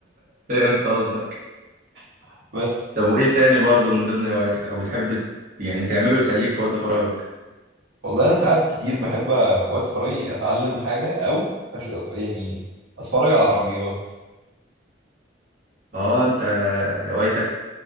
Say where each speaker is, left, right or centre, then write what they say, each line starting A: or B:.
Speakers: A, on the right; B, on the right.
A: فهمت قصدك
B: <laughs> بس
A: طب وايه تاني برضو من ضمن هواياتك او بتحب ت- يعني تعمله يسليك في وقت فراغك
B: والله انا ساعات كتير بحب في وقت فراغي اتعلم حاجه او أش... أتف- يعني اتفرج على العربيات
A: اه انت هوايتك